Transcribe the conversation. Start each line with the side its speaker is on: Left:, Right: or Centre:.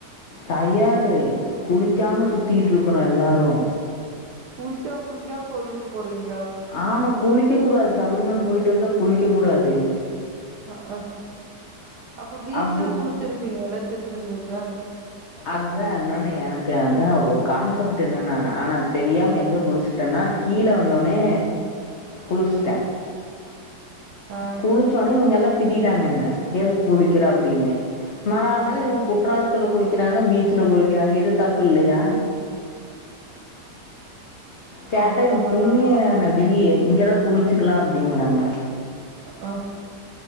Left: டையர்டு குளிக்காம சுத்திக்கிட்டு இருக்குறோ எல்லாரு
Right: குளிக்காம் குளிக்காம் கோவிலுக்கு போறிங்
Left: ஆம்மா குளிக்க கூடாது சபரிமல போயிட்டு வந்தா குளிக்க கூடாது
Right: அஅ அப்ப பீச்ல
Left: அப்படி
Right: குளிச்சிருப்பீங்கல்ல திருச்செந்தூர்ல
Left: அதுதா இன்னொன்னு எனக்கு அதா ஒரு கான்செப்ட்டு என்னன்னா நா தெரியாம எங்க குளிஸ் ட்டேனா கீழ வந்தோனே குளிஸ்ட்டே
Right: ஆ
Left: குளிச்சோன்னே இவுங்க எல்லா திட்டிட்டாங்க என்ன எதுக் குளிக்கிற அப்டின்னு மறா நாளு
Right: ம்
Left: இவுங்க குற்றாலத்துல குளிக்கிறாங்க பீச்சுல குளிக்கிறாங்க இது தப்பு இல்லையா கேட்டா
Right: அவனுங்க
Left: இது
Right: பண்ணாதா
Left: புண்ணிய
Right: அவனுங்களுக்கு
Left: நதி இங்களா
Right: இது
Left: குளிச்சுக்கலா அப்டிங்கிறாங்க
Right: அஅ